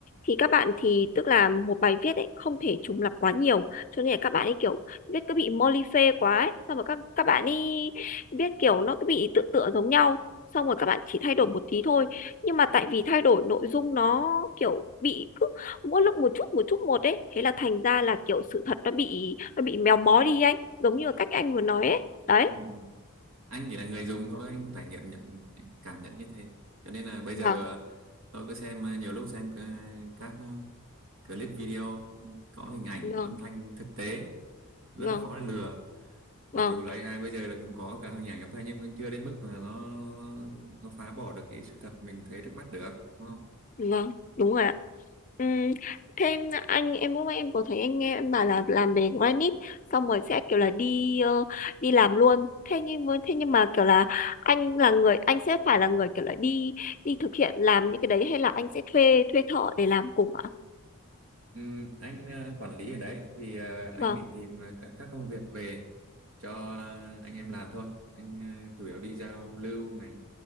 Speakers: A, on the left (about 35°); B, on the right (about 75°).
A: thì các bạn thì tức là một bài viết ấy không thể trùng lặp quá nhiều cho nên là các bạn ấy kiểu viết cứ bị moly phê quá ấy xong rồi các các bạn ấy viết kiểu nó cứ bị tựa tựa giống nhau xong rồi các bạn chỉ thay đổi một tí thôi nhưng mà tại vì thay đổi nội dung nó kiểu bị cứ mỗi lúc một chút một chút một ấy thế là thành ra là kiểu sự thật nó bị nó bị méo mó đi anh giống như là cách anh vừa nói ấy đấy
B: Ừ, ừ. anh chỉ là người dùng thôi anh trải nghiệm nhận cảm nhận như thế cho nên là bây giờ
A: vâng
B: tôi cứ xem ờ, nhiều lúc xem c- các ờ, clip video có hình ảnh
A: vâng
B: âm thanh thực tế rất
A: vâng
B: là khó để lừa mặc
A: vâng
B: dù là AI bây giờ là cũng có cả hình ảnh âm thanh nhưng mà chưa đến mức mà nó nó phá bỏ được cái sự thật mình thấy trước mắt được đúng không?
A: vâng đúng rồi ạ Ừm, thêm anh em lúc nãy em có thấy anh nghe em bảo là làm về granite xong rồi sẽ kiểu là đi ờ, đi làm luôn thế nhưng với thế nhưng mà kiểu là anh là người anh sẽ phải là người kiểu là đi đi thực hiện làm những cái đấy hay là anh sẽ thuê thuê thợ để làm cùng ạ
B: Ừm, anh ờ, quản lý ở đấy thì ờ, anh
A: vâng
B: đi tìm ờ, các, các công việc về cho ờ, anh em làm thôi anh ờ, chủ yếu đi giao lưu này